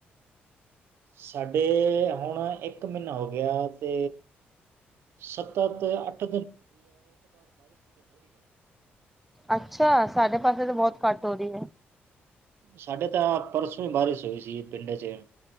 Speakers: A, on the right (about 80°); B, in the centre.
A: ਸਾਡੇ ਹੁਣ ਇੱਕ ਮਹੀਨਾਂ ਹੋ ਗਿਆ ਤੇ ਸੱਤਾ ਤੇ ਅੱ
B: ਅੱਛਾ! ਸਾਡੇ ਪਾਸੇ ਤੇ ਬਹੁਤ ਘੱਟ ਹੋ ਰਹੀ ਹੈ।
A: ਸਾਡੇ ਤਾਂ ਪਰਸੋਂ ਇ ਬਾਰਿਸ ਹੋਈ ਸੀ ਪਿੰਡ ਚ।